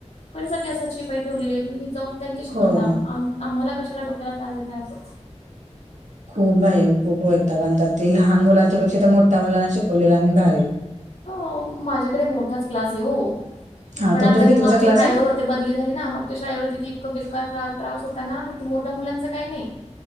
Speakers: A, on the left; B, on the right.
A: कशासाठी असतात शिपाई ठेवलेली आहे तुम्ही जाऊन त्यांच्याशी
B: होय
A: भांडा आम आम्हाला कशाला डोक्याला त्रास देताय असं.
B: खूप आहे खूप वैताक आणतात ते लहान मुलांच्यापेक्षा तर मोठ्या मुलांना शिकवलेलं आणि भारी.
A: हो माझ्याकडे मोठाच क्लास आहे हो
B: हा
A: पण
B: तुमच्याकडे
A: आता मी
B: कितवीचा
A: मागच्या
B: क्लास
A: शाळेवर
B: आहे
A: होत ते बदली झाली ना मगच्या शाळेवर होती ती इतकं बेकार त्रा त्रास होता ना इथं मोठ्या मुलांच काही नाही